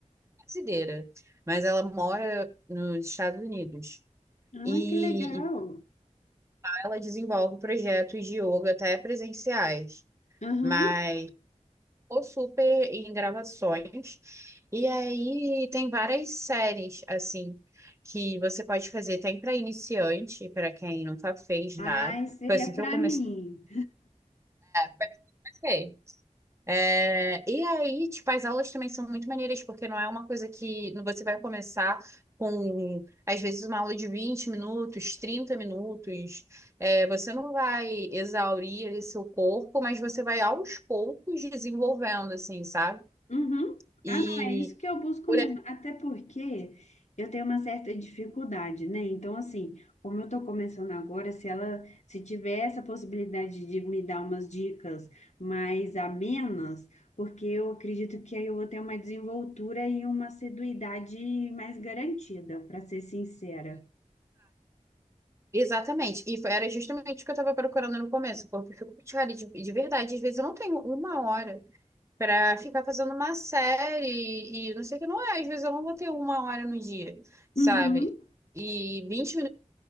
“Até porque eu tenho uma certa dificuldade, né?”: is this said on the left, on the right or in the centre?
Left